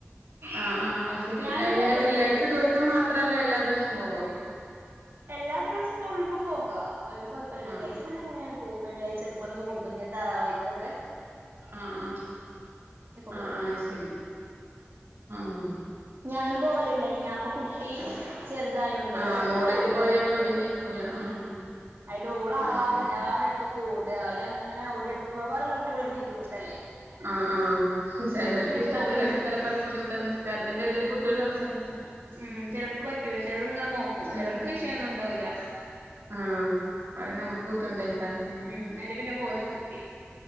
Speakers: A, on the right; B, on the right.
A: ആഹ് ആഹ് ശെരി
B: ഞാനും
A: എങ്ങനെ
B: പോകലുണ്ടായിനി
A: വെള്ളിയാഴ്ച ദിവസം മാത്രല്ല എല്ലാ ദിവസോം പോവോ
B: എല്ലാ ദിവസവും പോണോൽക്ക്‌ പോകാ അതിന് കൊഴപ്പല്ല. വെള്ളിയാഴ്ച
A: ആഹ്
B: പിന്നെ എങ്ങനെ പോവും വെള്ളാഴ്ച്ച അത് പോലെ നോമ്പിന് തറാവീക്കൊക്കെ
A: ആഹ് ആഹ്
B: പോകും
A: ആഹ് ആഹ് ശെരി ആഹ്
B: ഞാനും പോവല്ണ്ടായ്നു ഞാപ്പൊ കുട്ടി ചെറ്തായോണ്ട്
A: ആഹ്
B: ഒരട്ടം
A: മോളേറ്റ്
B: പോയി ഒളേം
A: അങ്ങനെ
B: കൊണ്ട്
A: ഒതുങ്ങിയിരിക്കുവല്ലേ
B: മ്
A: ആഹ്
B: അയ്ല് ഓളാകെ
A: അത് ശരി
B: എല്ലാരെട്ത്ത്ക്കും ഓടാ അയ്ലങ്ങനെ ഓടിനടക്കുമ്പോ വേറെല്ലോൽക്കും കൂടി ഒര് ബുദ് ദ്ധിമുട്ടല്ലേ
A: ആഹ് ആഹ് ചെലോര്ക്ക് ഇഷ്ട്ടാ
B: പോവല്
A: ചെലോര്ക്ക്‌
B: നിർത്തി
A: ചെലപ്പോ അത് ബുദ്ധിമുട്ടാണ് നിസ്കാരത്തിന്റെ എടേല് കുട്ട്യാള് സംസാരിച്ച
B: മ് ചെലോൽക്ക്‌ പറ്റൂല. ചെലോൽങ്ങനെ നോക്കും.
A: ചെലോ
B: ചചെലോൽക്ക്‌ വിഷയൊന്നുണ്ടാവൂല.
A: ആഹ് അത് നമ്മക്ക് ബുദ്ധിട്ടയ്ക്കാരം.
B: ഉം അയില് പിന്നെ പോവല് നിർത്തി